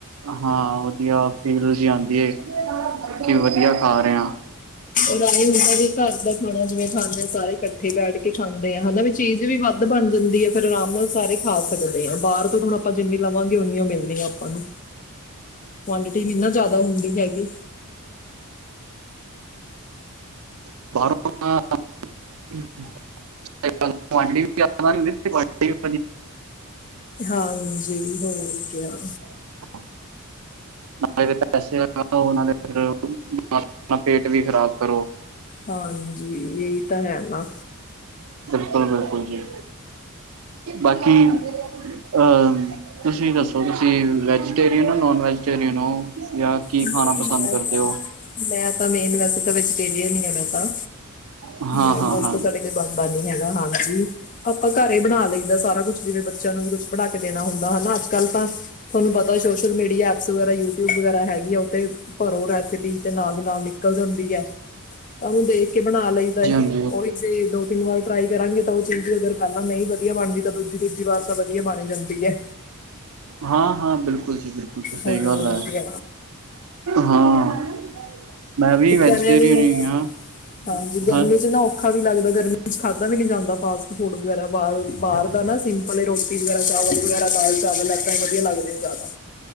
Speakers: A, on the right; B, on the left.
A: ਹਾਂ, ਵਧੀਆ ਫੀਲ ਜੀ ਆਦੀ ਏ ਕਿ ਵਧੀਆ ਖਾ ਰਹੇ ਆ।
B: ਔਰ ਆਏ ਹੁੰਦਾ ਵੀ ਘਰ ਦਾ ਖਾਣਾ ਜਿਵੇਂ ਖਾਂਦੇ ਆ ਸਾਰੇ ਇਕੱਠੇ ਬੈਠ ਕੇ ਖਾਂਦੇ ਆ ਹੈਨਾ ਵੀ ਚੀਜ਼ ਵੀ ਵ ਧ ਬਣ ਜਾਂਦੀ ਏ ਫੇਰ ਆਰਾਮ ਨਾਲ ਸਾਰੇ ਖਾ ਸਕਦੇ ਆ, ਬਾਰ ਤੋਂ ਹੁਨ ਆਪਾਂ ਜਿੰਨੀ ਲਵਾਂਗੇ ਉਨੀ ਉ ਮਿਲਨੀ ਆ ਆਪਾਂ ਨੂੰ।
A: <inaudible>
B: ਕੁਆਂਟਿਟੀ ਨੀ ਨਾ ਜ਼ਿਆਦਾ ਹੁੰਦੀ ਹੈਗੀ।
A: <unintelligible>
B: ਹਾਂਜੀ, ਹੋਰ ਕਿਆ।
A: <inaudible> ਨਾਲੇ ਪੈਸੇ ਲਗਾਓ ਨਾਲੇ ਫੇਰ ਅਪਨਾ ਪੇਟ ਵੀ ਖ਼ਰਾਬ ਕਰੋ।
B: ਹਾਂਜੀ ਏ ਤਾ ਹੈ ਨਾ।
A: ਬਿਲਕੁਲ-ਬਿਲਕੁਲ ਜੀ ਬਾਕੀ ਅ ਤੁਸੀ ਦੱਸੋ ਤੁਸੀਂ ਵੈਜੀਟੇਰੀਅਨ ਓ ਨੋਨ ਵੈਜੀਟੇਰੀਅਨ ਓ? ਯਾ ਕੀ
B: ਮੈਂ
A: ਖਾਣਾ ਪਸੰਦ
B: ਤਾਂ
A: ਕਰਦੇ ਓ?
B: ਮੈਂ ਤਾਂ ਮੇਨ ਵੈਸੇ ਤਾ ਵੈਜੀਟੇਰੀਅਨ ਈ ਰੱਬਾ,
A: ਹਾਂ
B: ਨੋਨ
A: ਹਾਂ
B: ਵੈਜ
A: ਹਾਂ
B: ਤੋ ਤੁਆਡੇ ਬਣਦਾ ਨੀ ਹੈਗਾ ਹਾਂਜੀ, ਆਪਾਂ ਘਰੇਂ ਈ ਬਣਾਂ ਲਇਦਾ ਸਾਰਾ ਕੁੱਛ ਜਿਵੇਂ ਬੱਚਿਆਂ ਨੂੰ ਵੀ ਕੁੱਛ ਬਣਾਂ ਕੇ ਦੇਣਾ ਹੁੰਦਾ ਹਨਾ ਅੱਜ- ਕੱਲ ਤਾਂ ਥੋਨੂੰ ਪਤਾ ਸੋਸ਼ਲ ਮੀਡੀਆ, ਐਪਸ ਵਗ਼ੈਰਾ ਯੂਟਿਊਬ ਵਗੈਰਾ ਹੈਗੀ ਆ ਓਤੇ ਭਰੋ ਰੈਸਪ -ਪੀ ਤੇ ਨਾਲ ਦੀ ਨਾਲ ਨਿਕਲ ਜਾਂਦੀ ਐ ਤਾ ਉਹਨੂੰ ਦੇਖ ਕੇ ਬਣਾ ਲਈਦਾ
A: ਜੀ
B: ਐ,
A: ਹਾਂਜੀ
B: ਓਹੀ ਚੀਜ਼ ਦੋ ਤਿੰਨ ਵਾਰ ਟਰਾਈ ਕਰਾਂਗੇ ਤਾ ਓ ਚੀਜ਼ ਅਗਰ ਪਹਿਲਾ ਨਈ ਵਧੀਆ ਬਣਦੀ, ਤਾਂ ਦੂਜੀ ਤੀਜੀ ਵਾਰ ਤਾਂ ਵਧੀਆ ਬਣ ਈ ਜਾਂਦੀ ਐ।
A: ਹਾਂ-ਹਾਂ ਬਿਲਕੁਲ ਜੀ ਬਿਲਕੁਲ ਸਈ
B: ਹੋਰ
A: ਗੱਲ ਐ।
B: ਕੀ
A: ਹਾਂ। ਮੈਂ ਵੀ
B: ਇੱਕ
A: ਵੈਜੀਟੇਰੀਅਨ
B: ਐਵੇਂ ਆ ਵੀ
A: ਈ ਆਂ
B: ਹਾਂਜੀ ਗਰਮੀ
A: ਹਾਂ
B: 'ਚ ਨਾ ਔਖਾ ਵੀ ਲਗਦਾ ਗਰਮੀ ਚ ਖਾਂਦਾ ਵੀ ਨੀ ਜਾਂਦਾ, ਫਾਸਟ ਫੂਡ ਵਗ਼ੈਰਾ। ਬਾਰੋਂ ਦੀ ਬਾਰ ਦਾ ਨਾ ਸਿੰਪਲ ਈ ਰੋਟੀ ਵਗੈਰਾ, ਚਾਵਲ ਵਗੈਰਾ, ਦਾਲ ਚਾਵਲ ਏਦਾ ਈ ਵਧੀਆ ਲਗਦੇ ਆ ਜਾਦਾ।